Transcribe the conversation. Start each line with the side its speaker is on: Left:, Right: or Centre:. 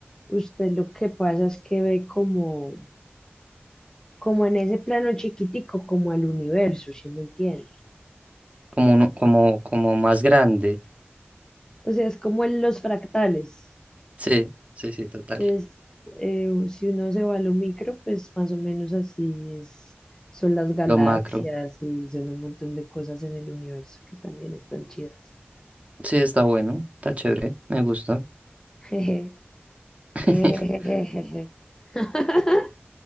Left: usted lo que pasa es que ve como, como en ese plano chiquitico, como al universo, ¿sí me entiende?
Right: Como, uno- como, como más grande.
Left: O sea, es como en los fractales.
Right: Sí, sí, sí, total.
Left: Es, eh, si uno se va a lo micro, pues más o menos así es, son las galaxias
Right: Lo macro.
Left: y son un montón de cosas en el universo que también están chidas.
Right: Sí, está bueno, está chévere, me gusta.
Left: Jeje,
Right: <laughs>
Left: jejejejeje. <laughs>